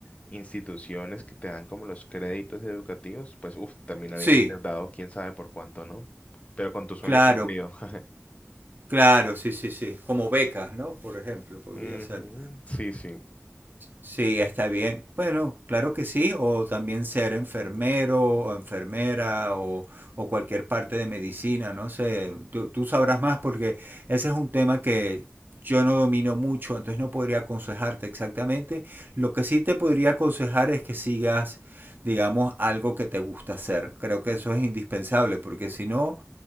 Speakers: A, on the left; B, on the right.
A: instituciones que te dan como los créditos educativos, pues uff, terminarías
B: Sí,
A: endeudado, quién sabe por cuánto, ¿no? Pero con tu sueño
B: claro,
A: cumplido. <laughs>
B: claro, sí, sí, sí. Como becas, ¿no? Por ejemplo, podría
A: Ujú,
B: ser.
A: Sí, sí.
B: Sí, está bien. Bueno, claro que sí, o también ser enfermero o enfermera o, o cualquier parte de medicina, no sé, tú, tú sabrás más porque ese es un tema que yo no domino mucho, entonces no podría aconsejarte exactamente. Lo que sí te podría aconsejar es que sigas, digamos, algo que te gusta hacer. Creo que eso es indispensable porque si no,